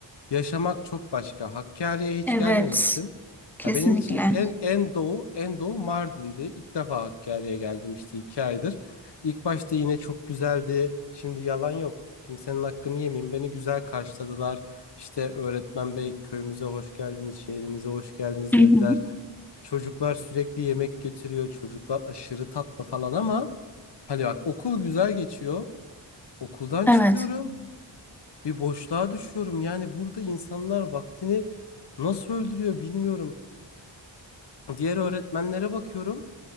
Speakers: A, on the left; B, in the centre.
A: Yaşamak çok başka. Hakkari'ye hiç
B: Evet,
A: gelmemiştim.
B: kesinlikle.
A: Ha, benim için en en doğu en doğu Mardin'di. İlk defa Hakkari'ye geldim işte iki aydır. İlk başta yine çok güzeldi. Şimdi yalan yok. Kimsenin hakkını yemeyeyim. Beni güzel karşıladılar. İşte öğretmen bey köyümüze hoş geldiniz, şehrimize hoş geldiniz
B: Hı
A: dediler.
B: hı.
A: Çocuklar sürekli yemek götürüyor. Çocuklar aşırı tatlı falan ama hani bak okul güzel geçiyor. Okuldan
B: Evet.
A: çıkıyorum bir boşluğa düşüyorum. Yani burada insanlar vaktini nasıl öldürüyor bilmiyorum. Diğer öğretmenlere bakıyorum.